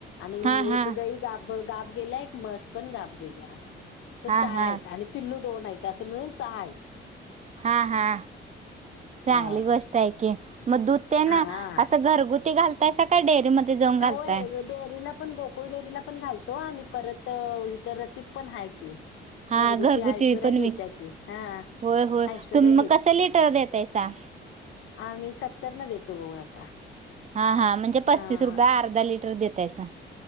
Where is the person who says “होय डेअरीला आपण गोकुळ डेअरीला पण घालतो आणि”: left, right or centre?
Left